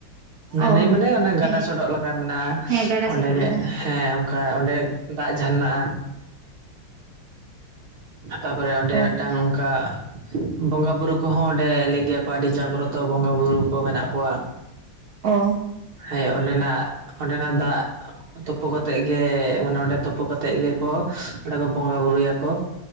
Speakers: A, on the right (about 75°); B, on the right (about 45°).
A: ᱱᱟᱹᱭ
B: ᱚ
A: ᱢᱟᱱᱮ ᱚᱱᱮ ᱜᱟᱰᱟ
B: ᱦᱮᱸ
A: ᱥᱚᱰᱚᱜ ᱞᱮᱠᱟ ᱢᱮᱱᱟᱜ-ᱟ
B: ᱦᱮᱸ ᱜᱟᱰᱟ
A: ᱚᱸᱰᱮ
B: ᱥᱚᱰᱚᱜ
A: ᱜᱮ,
B: ᱞᱮᱠᱟ
A: ᱦᱮᱸ ᱠᱟ ᱚᱸᱰᱮ ᱫᱟᱜ ᱡᱷᱟᱨᱱᱟᱜ-ᱟ᱾ ᱛᱟᱯᱚᱨᱮ ᱚᱸᱰᱮ
B: ᱚ
A: ᱢᱤᱮᱫᱴᱟᱝ ᱚᱝᱠᱟ ᱵᱚᱸᱜᱟ ᱵᱩᱨᱩ ᱠᱚᱦᱚᱸ ᱚᱸᱰᱮ ᱞᱟᱹᱭ ᱜᱮᱭᱟ ᱠᱚ ᱟᱹᱰᱤ ᱡᱟᱜᱽᱨᱚᱛᱚ ᱵᱚᱸᱜᱟ ᱵᱩᱨᱩ ᱠᱚ ᱢᱮᱱᱟᱜ ᱠᱚᱣᱟ
B: ᱚ
A: ᱦᱮᱸ ᱚᱸᱰᱮᱱᱟᱜ ᱚᱸᱰᱮᱱᱟᱜ ᱫᱟᱜ ᱛᱩᱯᱩ ᱠᱟᱛᱮᱜ ᱜᱮ ᱢᱟᱱᱮ ᱚᱸᱰᱮ ᱛᱩᱯᱩ ᱠᱟᱛᱮᱜ ᱜᱮᱠᱚ ᱚᱸᱰᱮ ᱠᱚ ᱵᱚᱸᱜᱟ ᱵᱩᱨᱩᱭᱟ ᱠᱚ